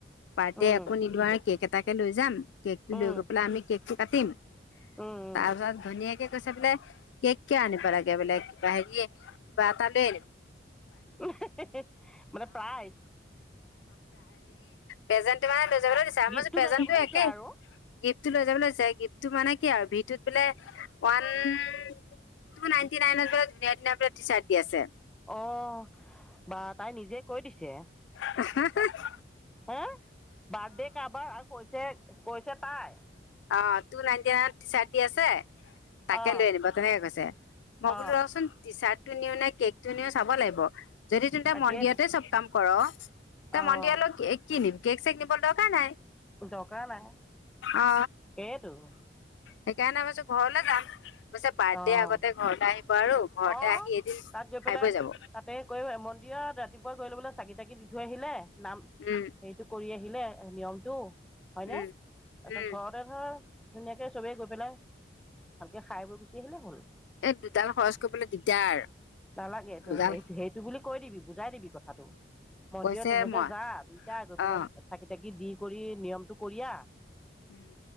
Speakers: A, on the left; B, in the centre.
A: পাৰ্টি
B: উম
A: একো নিদোয়াই কি? কেক এটাকে লৈ যাম কেকটো লৈ
B: উম
A: গৈ পেলাই আমি কে কাতিম
B: উম উম
A: তাৰ পি ধুনীয়াকে কৈছে বোলে, কেক কিয় আনিব লাগে বোলে কিবা হেৰিয়ে কিবা এটা দে
B: হে হে হে হে হে, মানে প্ৰাইজ?
A: প্ৰেযেন্ত টো দিছে আমাৰ
B: গিফ্টটো
A: প্ৰেজেন্ত
B: লৈ যাবলৈ
A: টো
B: দিছে
A: একে
B: আৰু
A: গি টো লৈ যাবলৈ দিছে গিফ্ট টো মানে কি আৰু সিটোত বোলে ওৱান টু নাইনটি নাইনৰ পৰা ধুনীয়া ধুনীয়া বোলে টি চাৰ্ট দি আছে।
B: অ বাহ তাই নিজে কৈ দিছে তা
A: হা হা
B: হা, বাৰ্থডে কাৰোবাৰ আৰু কৈছে কৈছা পাই
A: অ টু নাইনটি নাই টি চাৰ্টি দি আছে। তাকে
B: অ'
A: লৈ আনিব তেনেকে কৈছে। মই বোলো
B: অ'
A: ৰ'চোন টি চাৰ্ট টো নিউ নেকী? তুমিও চাব লাগিব। যদি তেন্তে
B: তাকেইতো
A: মন্দিৰতে চব কাম কৰ, তই
B: অ'
A: মন্দিৰলৈ কি কিনিম? কেক চেক নিবলৈ দৰকাৰাই নাই।
B: দকাৰ নাই।
A: অ
B: এইটো।
A: সেইকাৰণে আমি ঘৰলে‌ যাম। কৈছে বাৰ্থডেৰ
B: অ'
A: আগতে ঘৰতে আহিব আৰু ঘৰতে
B: অ
A: আহি এদিন
B: তাত গৈ
A: খাই
B: পেলাই
A: বৈ যাব
B: তাতে কৈ মন্দিৰত ৰাতিপুৱা গৈ ল'বলৈ চাকি তাকি দি থৈ আহিলে নাম,
A: উম
B: সেইটো কৰি আহি। আহিলে নিয়মটো হয়নে
A: উম
B: তাৰপিছত
A: উম
B: ঘৰতে ধৰা ধুনীয়াকৈ চবেই গৈ পেলাই ভালকৈ খাইবৈ গুচি আহিলে হ'ল।
A: দুটা খৰচ কৰিবলৈ দিকদাৰ
B: নালাগে সেইটো
A: দুডাল
B: সেইটো বুলি কৈ দিবি বুজাই দিবি কথাটো। মন্দিৰত
A: কৈছে
B: তহোতে
A: মই
B: যা, দুইটাই গৈ পেলাই
A: অ
B: চাকি তাকি দি কৰি নিয়মটো কৰি আহ
A: উম।